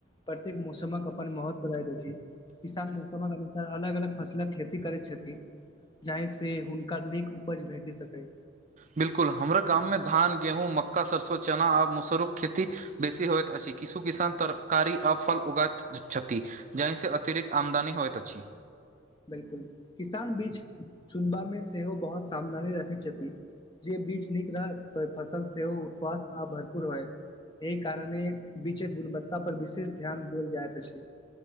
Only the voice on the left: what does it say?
प्रत्येक मौसमक अपन महत्व रहैत अछि। किसान मौसमक अनुसार अलग अलग फसलक खेती करैत छथि। जाहिसँ हुनका नीक उपज भेटि सकै।
बिलकुल किसान बीच चुनबा मे सेहो बहुत सावधानी रखै छथि। जे बीज नीक रहत तऽ फसल सेहो स्वास्थ्य आ भरपूर होयत। एहि कारणे बीचे गुणवत्ता पर विशेष ध्यान देल जायत अछि।